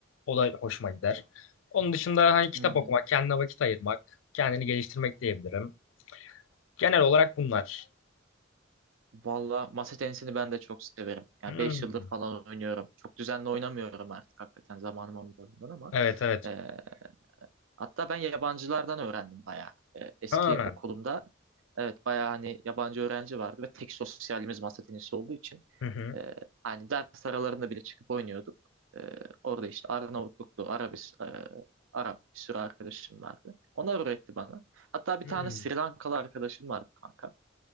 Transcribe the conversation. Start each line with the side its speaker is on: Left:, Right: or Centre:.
Left: o da hoşuma gider. Onun dışında hani kitap
Right: Hmm.
Left: okumak, kendine vakit ayırmak, kendini geliştirmek diyebilirim. Genel olarak bunlar.
Right: Valla masa tenisini ben de çok severim. Yani
Left: Hmm.
Right: 5 yıldır falan oynuyorum. Çok düzenli oynamıyorum artık hakikaten zamanım olmadığından ama.
Left: Evet evet.
Right: ee, Hatta ben yabancılardan öğrendim bayağı. E, eski
Left: Ha.
Right: okulumda evet bayağı hani yabancı öğrenci vardı ve tek sosyalimiz masa tenisi olduğu için
Left: Hı hı.
Right: e, hani ders aralarında bile çıkıp oynuyorduk. E, orada işte Arnavutluklu, Arabis, e, Arap bir sürü arkadaşım vardı. Onlar öğretti bana. Hatta bir
Left: Hmm.
Right: tane Sri Lankalı arkadaşım vardı kanka.